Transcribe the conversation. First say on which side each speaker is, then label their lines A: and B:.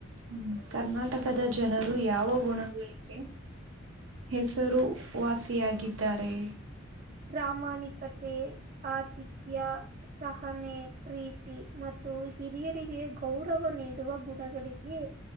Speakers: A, on the right; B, on the right.
A: ಹ್ಮ ಕರ್ನಾಟಕದ ಜನರು ಯಾವ ಗುಣಗಳಿಗೆ ಹೆಸರು ವಾಸಿಯಾಗಿದ್ದಾರೆ
B: ಪ್ರಾಮಾಣಿಕತೆ ಆತಿಥ್ಯ ಸಹನೆ ಪ್ರೀತಿ ಮತ್ತು ಹಿರಿಯ ಗೆ ಗೌರವ ನೀಡುವ ಗುಣಗಳಿಗೆ